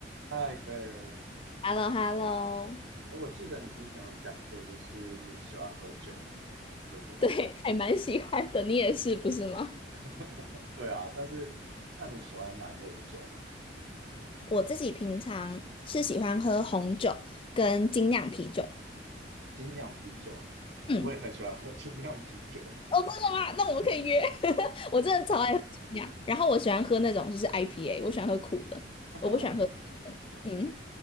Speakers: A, on the right (about 85°); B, on the left (about 30°).
A: 嗨，贝尔，
B: h e l l o h e l l o
A: 哎，我记得你之前有讲过，就是你喜欢喝酒嘛，对不对？
B: 对，还蛮喜欢的。你也是，不是吗？
A: <laughs> 对啊，但是那你喜欢哪一类的酒啊？
B: 我自己平常是喜欢喝红酒跟精酿啤酒。
A: 精酿啤酒，
B: 嗯，
A: 我也很喜欢喝精酿啤酒，
B: 哦，真的吗？那我们可以约。<laughs> 我真的超爱喝精酿，然后我喜欢喝那种就是 IPA，我喜欢喝苦的，
A: <laughs>
B: 我不喜欢喝甜的。嗯，